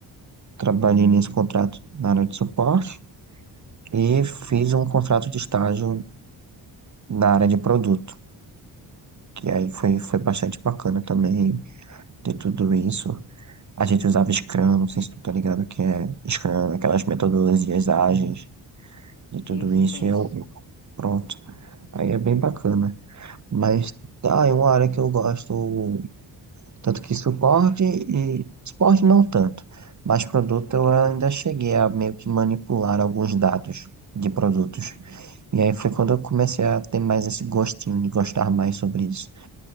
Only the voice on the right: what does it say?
Trabalhei nesse contrato na área de suporte e fiz um contrato de estágio na área de produto, que aí foi, foi bastante bacana também ter tudo isso. A gente usava Scrum, não sei se tu tá ligado que é Scrum, aquelas metodologias ágeis e tudo
isso,
e eu, pronto. Aí é bem bacana. Mas tá, é uma área que eu gosto, tanto que suporte e suporte não tanto, mas produto eu ainda cheguei a meio que manipular alguns dados de produtos. E aí foi quando eu comecei a ter mais esse gostinho de gostar mais sobre isso.